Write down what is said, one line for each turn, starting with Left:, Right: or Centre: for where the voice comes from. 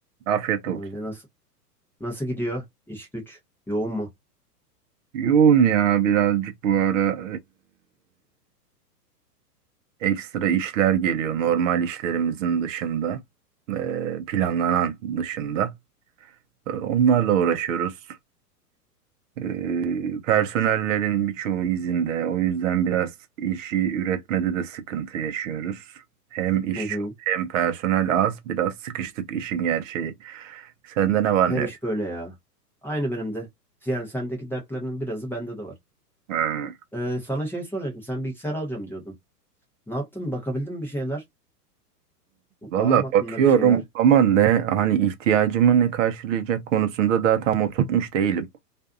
Right: Afiyet olsun.
Centre: Öyle nasıl nasıl gidiyor? İş güç yoğun mu?
Right: Yoğun ya birazcık bu ara ee, ekstra işler geliyor. Normal işlerimizin dışında. ee, planlanan dışında. Ee, onlarla uğraşıyoruz. Ee, personellerin birçoğu izinde. O yüzden biraz işi üretmede de sıkıntı yaşıyoruz. Hem iş
Centre: Hı hı.
Right: çok hem personel az. Biraz sıkıştık işin gerçeği. Sende ne var
Centre: Her
Right: ne yok?
Centre: iş böyle ya. Aynı benim de. Yani sendeki dertlerinin birazı bende de var.
Right: Hmm.
Centre: Ee, sana şey soracaktım. Sen bilgisayar alacağım diyordun. Ne yaptın? Bakabildin mi bir şeyler?
Right: Valla
Centre: Ağır mı aklında
Right: bakıyorum
Centre: bir şeyler?
Right: ama ne hani ihtiyacımı ne karşılayacak konusunda daha tam oturtmuş değilim.